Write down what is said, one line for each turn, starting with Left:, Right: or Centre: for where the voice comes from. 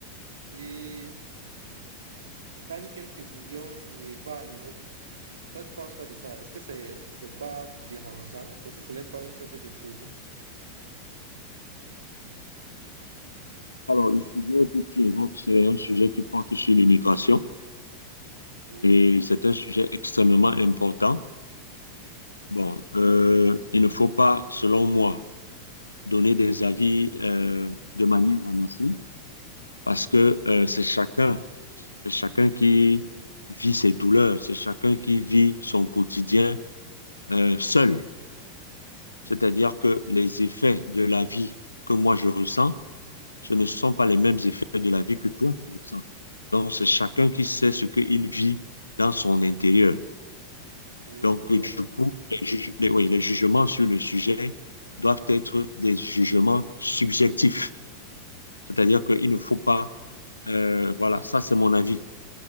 Right: et gagne quelques millions et va en Europe. Toi, tu penses quoi de ça? Est-ce que c'est c'est pas dérangeant? Est-ce que ce n'est pas une sorte de folie?
Left: Alors, le sujet que tu évoques, c'est un sujet qui porte sur l'immigration
Right: Oui,
Left: et c'est un sujet extrêmement important. Bon, euh, il ne faut pas, selon moi, donner des avis euh, de manière ramassée parce
Right: Mhm.
Left: que euh, c'est chacun, c'est chacun qui vit ses douleurs, c'est chacun qui vit son quotidien euh, seul. C'est-à-dire que les effets de la vie que moi je ressens ce ne sont pas les mêmes effets de la vie que toi, tu ressens. Donc, c'est chacun qui sait ce qu'il vit dans son intérieur.
Right: Oui,
Left: Donc,
Right: c'est vrai.
Left: euh, du coup, les, juge- les- oui, les jugements sur le sujet doivent être des jugements subjectifs. C'est-à-dire qu'il ne
Right: D'accord.
Left: faut pas, euh, voilà, ça c'est mon avis.